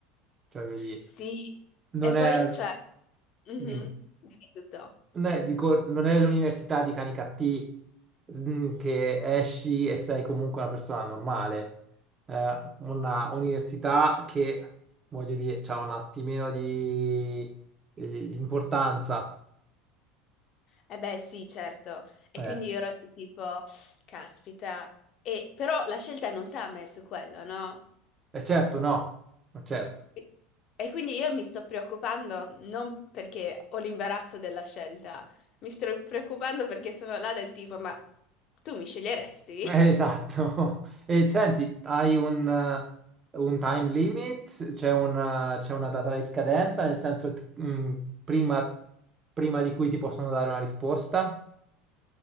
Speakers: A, on the right; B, on the left.
A: Cioè, voglio dire,
B: Sì,
A: non
B: e poi,
A: è...
B: cioè, mhm,
A: dimmi.
B: dimmi tutto.
A: No, eh, dico, non è l'università di Canicattì mm, che esci e sei comunque una persona normale. Eh, una università che, voglio dire, ha un attimino di eh, importanza.
B: Eh beh, sì, certo. E
A: Eh,
B: quindi io ero di tipo, caspita. E, però la scelta non sta a me su quello, no?
A: e certo, no, ma certo.
B: E e quindi io mi sto preoccupando non perché ho l'imbarazzo della scelta, mi sto preoccupando perché sono là del tipo, ma tu mi sceglieresti?
A: Eh, esatto. <laughs> E senti, hai un, eh, un time limit? C'è una, c'è una data di scadenza, nel senso, t- mm, prima prima di cui ti possono dare una risposta?